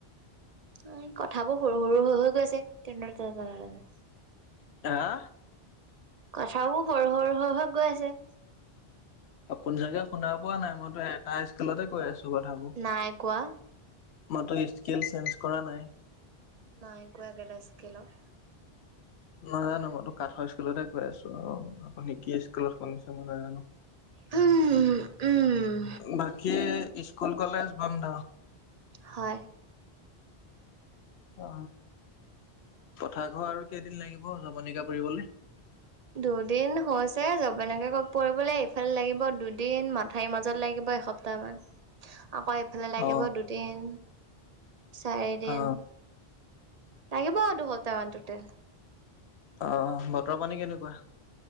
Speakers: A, on the right; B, on the left.
A: নাই কথাবোৰ সৰু সৰু হৈ হৈ গৈছে ট্ৰেন্ডাৰ কিয় কাৰণে
B: হা
A: কথাবোৰ সৰু সৰু সৰু হৈ হৈ গৈ আছে
B: আপুনি চাগে শুনা পোৱা নাই মইতো এটা স্কেলতে কৈ আছো কথাবোৰ।
A: নাই কোৱা
B: মইতো স্কেল চেঞ্জ কৰা নাই।
A: নাইকোৱা একেটা স্কেলত।
B: নাজানো মইতো কাঠৰ স্কেলতহে কৈ আছো আৰু, আপুনি কি স্কুলত শুনিছে মই নাজানো।
A: উম উম
B: বাকী স্কুল, কলেজ বন্ধ?
A: হয়।
B: অ, পথাৰঘৰ আৰু কেইদিন লাগিব জৱনিকা পৰিবলে?
A: দুদিন হৈছে যবনিকা পৰিবলে এইফালে লাগিব দুদিন মাথাইৰ মাজত লাগিব এসপ্ত তামান। আকৌ এইফালে লাগিব
B: অ
A: দুদিন, চাৰিদিন
B: অ
A: লাগিব আউ দুসপ্তাহ মান টুটেল।
B: অ' বতৰ-পানী কেনেকুৱা?